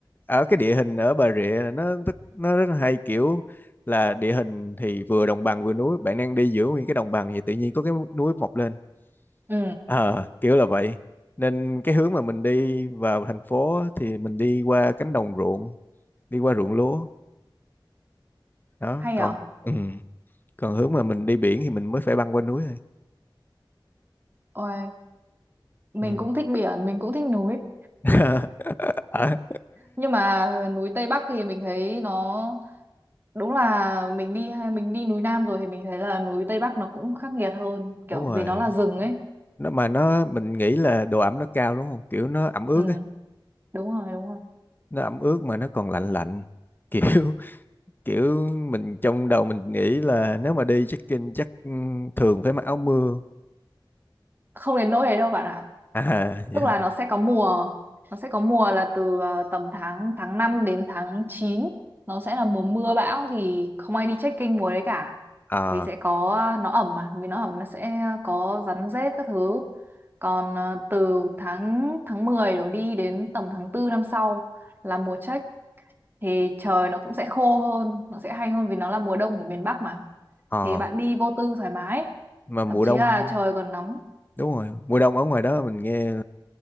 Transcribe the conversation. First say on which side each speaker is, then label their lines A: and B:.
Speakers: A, on the left (about 25°); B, on the right (about 25°).
A: ở cái địa hình ở Bà Rịa là nó rất- nó rất là hay kiểu là địa hình thì vừa đồng bằng vừa núi bạn đang đi giữa nguyên cái đồng bằng thì tự nhiên có cái núi mọc lên
B: Ừ,
A: Ờ, kiểu là vậy nên cái hướng mà mình đi vào thành phố á, thì mình đi qua cánh đồng ruộng đi qua ruộng lúa đó
B: hay
A: còn
B: à?
A: ừ. còn hướng mà mình đi biển thì mình mới phải băng qua núi thôi
B: Ôi, mình
A: ừ.
B: cũng thích biển, mình cũng thích núi.
A: <laughs> Ờ,
B: Nhưng mà núi Tây Bắc thì mình thấy nó đúng là mình đi mình đi núi Nam rồi thì mình thấy là núi Tây Bắc nó cũng khắc nghiệt hơn, kiểu
A: đúng rồi
B: vì nó là rừng ấy.
A: nó mà nó mình nghĩ là độ ẩm nó cao đúng không kiểu nó ẩm ướt
B: Ừ,
A: ấy
B: đúng rồi, đúng rồi.
A: nó ẩm ướt mà nó còn lạnh lạnh <laughs> kiểu kiểu mình trong đầu mình nghĩ là nếu mà đi trekking chắc ừ, thường phải mặc áo mưa
B: Không đến nỗi đấy đâu bạn ạ.
A: à dạ.
B: tức là nó sẽ có mùa nó sẽ có mùa là từ ờ, tầm tháng tháng 5 đến tháng chín nó sẽ là mùa mưa bão thì không ai đi trekking mùa đấy cả
A: ờ
B: vì sẽ có ờ, nó ẩm mà vì nó ẩm nó sẽ có rắn rết các thứ còn ờ, từ tháng tháng 10 đổ đi đến tầm tháng tư năm sau là mùa trek thì trời nó cũng sẽ khô hơn nó sẽ hay hơn vì nó là mùa đông của miền Bắc mà
A: ờ
B: thì bạn đi vô tư thoải mái
A: mà mùa
B: thậm chí
A: đông
B: là trời còn nóng
A: đúng rồi mùa đông ở ngoài đó mình nghe